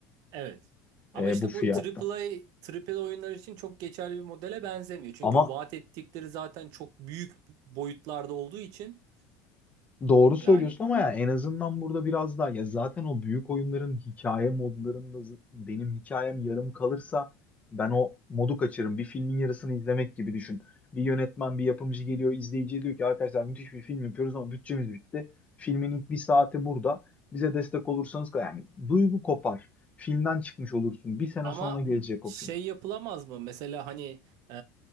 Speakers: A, on the right (about 60°); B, on the left (about 20°).
A: Evet.
B: E,
A: Ama işte
B: bu fiyatta.
A: bu AAA, AAA oyunlar için çok geçerli bir modele benzemiyor. Çünkü
B: Ama
A: vaat ettikleri zaten çok büyük boyutlarda olduğu için
B: Doğru söylüyorsun
A: yani
B: ama ya en azından burada biraz daha ya zaten o büyük oyunların hikaye modlarında z- benim hikayem yarım kalırsa ben o modu kaçırırım. Bir filmin yarısını izlemek gibi düşün. Bir yönetmen, bir yapımcı geliyor, izleyiciye diyor ki arkadaşlar müthiş bir film yapıyoruz ama bütçemiz bitti. Filmin ilk bir saati burada. Bize destek olursanız yani duygu kopar. Filmden çıkmış olursun. Bir sene
A: Ama
B: sonra gelecek
A: şey
B: o film.
A: yapılamaz mı? Mesela hani e,